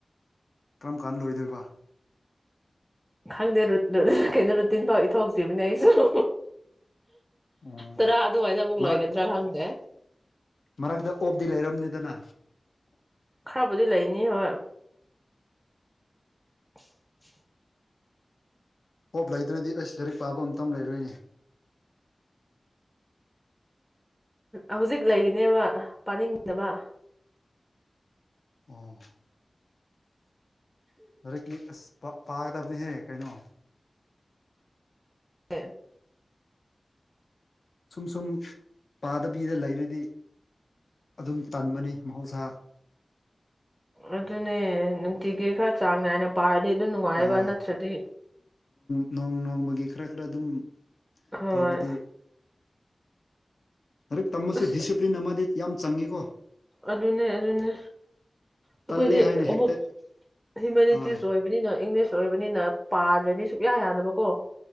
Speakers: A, on the left (about 70°); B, in the centre.
A: ꯀꯔꯝ ꯀꯥꯟꯗ ꯂꯣꯏꯗꯣꯏꯕ
B: ꯈꯪꯗꯦ ꯀꯩꯅꯣ ꯔꯨꯇꯤꯟ ꯐꯥꯎ ꯏꯊꯣꯛꯇ꯭ꯔꯤꯕꯅꯦ ꯑꯩꯁꯨ
A: ꯑꯣ
B: ꯇꯔ ꯑꯗꯨꯃꯥꯏꯅ ꯑꯃꯨꯛ
A: ꯃꯔꯛ
B: ꯂꯣꯏꯒꯗ꯭ꯔꯥ ꯈꯪꯗꯦ
A: ꯃꯔꯛꯇ ꯑꯣꯞꯇꯤ ꯂꯩꯔꯝꯅꯤꯗꯅ
B: ꯈꯔꯕꯨꯗꯤ ꯂꯩꯅꯤ ꯍꯣꯏ <inaudible>
A: ꯑꯣꯞ ꯂꯩꯇ꯭ꯔꯗꯤ ꯑꯩꯁ ꯂꯥꯏꯔꯤꯛ ꯄꯥꯕ ꯑꯃꯇ ꯂꯩꯔꯣꯏꯅꯦ
B: ꯍꯧꯖꯤꯛ ꯂꯩꯔꯤꯅꯦꯕ ꯄꯥꯅꯤꯡꯗꯕ
A: ꯑꯣ ꯔꯀꯀꯤ ꯑꯁꯄꯥ ꯄꯥꯒꯗꯕꯅꯤꯍꯦ ꯀꯩꯅꯣ
B: ꯍ
A: ꯁꯨꯝ ꯁꯨꯝ ꯄꯥꯗꯕꯤꯗ ꯂꯩꯔꯗꯤ ꯑꯗꯨꯝ ꯇꯟꯕꯅꯤ ꯃꯍꯧꯁꯥ
B: ꯑꯗꯨꯗꯅꯦ ꯐꯇꯤꯒꯤꯦ ꯈꯔ ꯆꯥꯡ ꯅꯥꯏꯅ ꯄꯥꯔꯗꯤ ꯑꯗꯨꯝ ꯅꯨꯡꯉꯥꯏꯑꯕ
A: ꯍꯣꯏ
B: ꯅꯠꯇ꯭ꯔꯗꯤ
A: ꯅꯣꯡ ꯅꯣꯡꯃꯒꯤ ꯈꯔ ꯈꯔ ꯑꯗꯨꯝ
B: ꯍꯣꯏ
A: ꯇꯧ ꯑꯗꯨꯗꯤ ꯑꯔ ꯇ ꯃꯁꯁꯨ
B: ꯑꯁ
A: ꯗꯤꯁꯁꯤꯄ꯭ꯂꯂꯤꯟ ꯑꯃꯗꯦ ꯌꯥꯝ ꯆꯪꯉꯤꯀꯣ
B: ꯑꯗꯨꯅꯦ ꯑꯗꯨꯅꯦ ꯑꯩꯈꯣꯏꯗꯤ
A: ꯇꯜꯂꯦ ꯍꯥꯏꯅ
B: ꯑꯃꯨꯛ
A: ꯍꯦꯛꯇ
B: ꯍ꯭ꯌꯨꯃꯅꯤꯇꯤꯁ
A: ꯍꯣꯏ
B: ꯑꯣꯏꯕꯅꯤꯅ ꯏꯪꯂꯤꯁ ꯑꯣꯏꯕꯅꯤꯅ ꯄꯥꯗ꯭ꯔꯗꯤ ꯁꯨꯛꯌꯥ ꯌꯥꯗꯕꯀꯣ